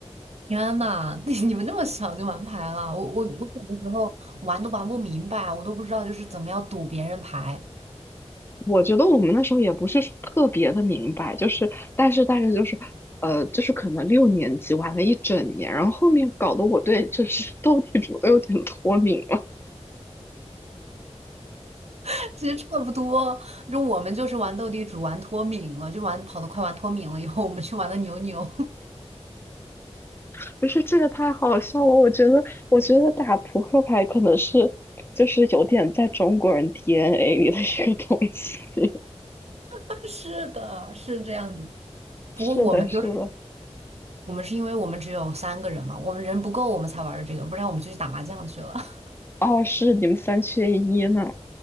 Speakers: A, on the right; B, on the left.
A: 天呐，<laughs> 你你们那么小就玩牌了？我我我小的时候玩都玩不明白，我都不知道就是怎么样赌别人牌。
B: 我觉得我们那时候也不是说特别的明白，就是但是但是就是呃，就是可能六年级玩了一整年，然后后面搞得我对就是 <laughs> 斗地主都有点脱敏了。
A: <laughs> 其实差不多，就我们就是玩斗地主，玩脱敏了，就玩跑得快，玩脱敏了以后，我们去玩的牛牛。
B: <laughs> 不是，这也太好笑了！我觉得我觉得打扑克牌可能是就是有点在中国人 DNA 里的一个东西。<laughs>
A: <laughs> 是的，是这样子。不过我们就是
B: 是的，是的。
A: 我们是因为我们只有三个人嘛，我们人不够，我们才玩的这个，不然我们就去打麻将去了。<laughs>
B: 哦，是你们三缺一呢，